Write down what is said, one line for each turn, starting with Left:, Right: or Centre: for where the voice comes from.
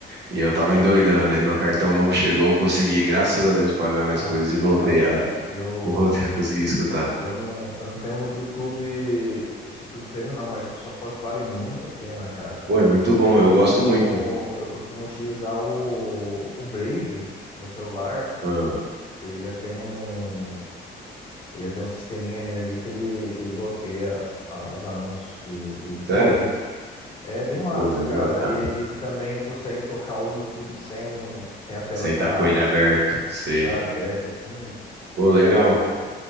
Right: E eu tava
Left: Ah,
Right: endoidando, aí meu cartão novo chegou, eu consegui, graças a Deus, pagar
Left: ah,
Right: minhas coisas e
Left: legal,
Right: voltei
Left: cara. Eu,
Right: Vou voltar a conseguir escutar.
Left: eu não, eu não tenho o YouTube, esse YouTube Premium não, mas o pessoal fala que vale muito a pena, cara.
Right: Pô, é muito bom,
Left: Eu
Right: eu
Left: costumo,
Right: gosto muito.
Left: eu costumo utilizar o, o Brave no celular.
Right: Ah,
Left: Ele já tem um. Ele tem um sisteminha nele ali que ele, que ele bloqueia ah, os anúncios do, do YouTube.
Right: sério?
Left: É bem massa,
Right: Pô, legal.
Left: cara.
Right: Ah,
Left: E, e ele também ele consegue tocar o YouTube sem, sem a tela
Right: sentar
Left: tá,
Right: com ele aberto, sei.
Left: tá aberta, assim.
Right: Pô,
Left: E
Right: legal,
Left: aí eu,